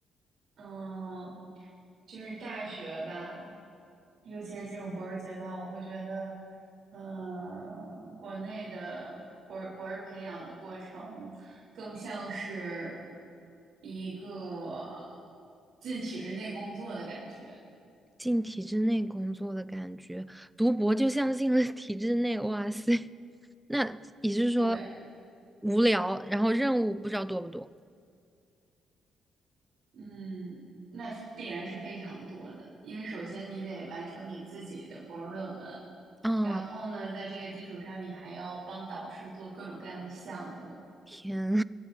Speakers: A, on the right; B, in the centre.
A: 嗯，就是大学吧，尤其是进入博士阶段，我会觉得，呃，国内的博博士培养的过程更像是一个进体制内工作的感觉。
B: 进体制内工作的感觉，读博就像进了体制内，哇塞，<laughs> 那也就是说
A: 对，
B: 无聊，然后任务不知道多不多
A: 嗯，那必然是非常多的，因为首先你得完成你自己的博士论文，
B: 啊？
A: 然后呢，在这个基础上，你还要帮导师做各种各样的项目。
B: 天，